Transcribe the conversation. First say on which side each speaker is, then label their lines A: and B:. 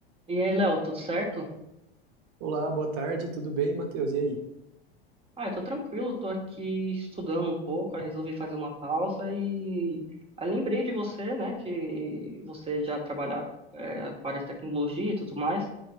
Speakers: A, on the right (about 20°); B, on the right (about 50°).
A: E aí, Léo, tudo certo?
B: Olá, boa tarde, tudo bem, Matheus? E aí?
A: Ah, eu tô tranquilo, tô aqui estudando um pouco, aí resolvi fazer uma pausa e aí lembrei de você, né, que você já trabalha é, com a área de tecnologia e tudo mais,